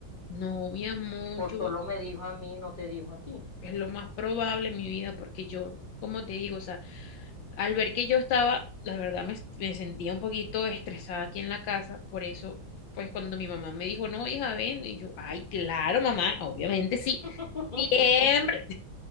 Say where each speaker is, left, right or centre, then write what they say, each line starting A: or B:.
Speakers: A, on the left; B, on the left.
A: No, mi amor,
B: O
A: yo
B: solo me dijo a mí, no te dijo a ti.
A: es lo más probable en mi vida porque yo, como te digo, o sea, al ver que yo estaba, la verdad me, me sentía un poquito estresada aquí en la casa. Por eso, pues cuando mi mamá me dijo, no, hija, ven, y yo, ay, claro, mamá, obviamente sí.
B: <laughs>
A: Siempre.